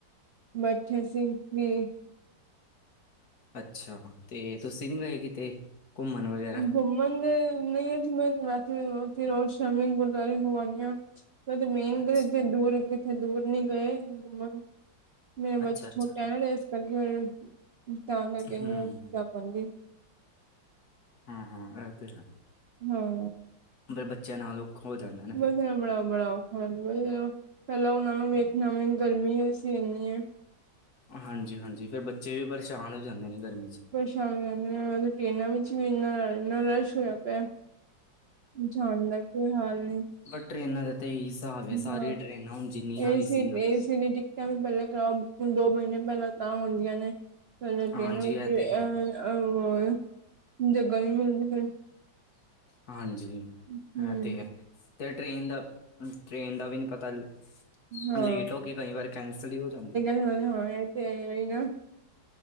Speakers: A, on the right; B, on the left.
A: ਬੈਠੇ ਸੀ ਵੀ
B: ਅੱਛਾ ਤੇ ਤੁਸੀਂ ਨੀ ਗਏ ਕਿਤੇ ਘੁੰਮਣ ਵਗੈਰਾ
A: ਘੁੰਮਣ ਗਏ ਨਹੀਂ ਜਿਵੇਂ ਰਾਤੀ ਰੋਜ਼ ਸ਼ਾਮੀ ਗੁਰਦੁਆਰੇ ਹੋ ਆਂਦੇ ਹਾਂ। ਮੇਨ
B: ਅੱਛਾ
A: ਗਏ ਕਿੱਥੇ ਦੂਰ ਕਿਥੇ ਦੂਰ ਨਹੀਂ ਗਏ ਘੁੰਮਣ। ਮੈਂ ਬੱਚਾ
B: ਅੱਛਾ ਅੱਛਾ
A: ਛੋਟਾ ਹੈ ਨਾ ਤੇ ਇਸ ਕਰਕੇ ਤਾਂ ਕਰਕੇ ਨਹੀਂ
B: ਹੂੰ
A: ਜਾ ਪਾਉਂਦੀ।
B: ਹਾਂ ਇਹ ਤੇ ਹੈ।
A: ਹਾਂ।
B: ਬੱਚਿਆਂ ਨਾ ਲਓ ਹੋ ਜਾਂਦਾ
A: ਵਧੀਆ ਮਿਲਾਓ ਮਿਲਾਓ। ਹਾਂ ਬਸ ਪਹਿਲਾਂ ਉਹਨਾਂ ਨੂੰ ਵੇਖਣਾ ਵੀ ਗਰਮੀ ਅਸੀਂ ਇੰਨੀ ਏ।
B: ਹਾਂਜੀ ਹਾਂਜੀ ਫਿਰ ਬੱਚੇ ਵੀ ਪਰੇਸ਼ਾਨ ਹੋ ਜਾਂਦੇ ਨੇ ਗਰਮੀ 'ਚ।
A: ਹਾਂ ਟ੍ਰੇਨਾਂ ਵਿੱਚ ਵੀ ਇੰਨਾ ਇੰਨਾ ਰਸ਼ ਹੋਇਆ ਪਿਆ। ਜਾਣ ਦਾ ਕੋਈ ਹਾਲ ਨਹੀਂ।
B: ਬਸ ਟਰੇਨਾਂ ਦਾ ਤਾਂ ਇਹੀ ਹਿਸਾਬ ਹੈ ਸਾਰੀਆਂ
A: ਹਾਂ
B: ਟਰੇਨਾਂ ਹੁਣ ਜਿੰਨੀਆਂ
A: ਏਸੀ
B: ਵੀ ਸੀਆਂ
A: ਏਸੀ ਦੀ ਵੀ ਪਹਿਲਾਂ ਕਰਾਓ ਬੁਕਿੰਗ ਦੋ ਮਹੀਨੇ ਪਹਿਲਾਂ ਤਾਂ ਹੁੰਦੀਆਂ ਨੇ ਪਹਿਲਾਂ <unintelligible>
B: ਹਾਂਜੀ ਇਹ ਤੇ ਹੈ
A: ਆ ਜਗਾ ਨੀ ਮਿਲਦੀ ਫਿਰ।
B: ਹਾਂਜੀ
A: ਹਮ
B: ਹੈ ਤੇ ਹੈ ਤੇ ਟ੍ਰੇਨ ਦਾ ਟ੍ਰੇਨ ਦਾ ਵੀ ਨਹੀਂ ਪਤਾ ਨਹੀਂ
A: ਹਾਂ
B: ਲੇਟ ਹੋ ਕੇ ਕਈ ਵਾਰ ਕੈਂਸਲ ਹੀ ਹੋ ਜਾਂਦੀ ਹੈ।
A: <unintelligible> ਤੇ ਆਈ ਨਾ